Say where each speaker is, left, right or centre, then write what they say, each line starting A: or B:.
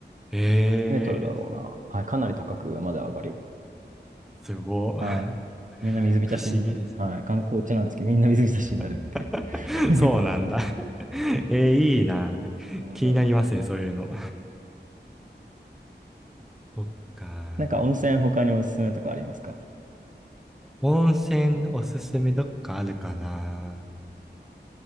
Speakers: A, in the centre; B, on the right.
A: へ
B: 何メートルだろうな。
A: え、
B: はい、かなり高く上まで上がる。
A: すごい。<laughs>
B: はい。みんな水浸しになる。
A: 不思議ですね。
B: はい。観光地なんですけど、みんな水浸しになるっていう。
A: <laughs>
B: <laughs>
A: そうなんだ。<laughs> えー、いいな。
B: 面白い、
A: 気になりますね、
B: は。
A: そういうの。そっか。
B: なんか温泉他におすすめとかありますか
A: 温泉おすすめどこかあるかな。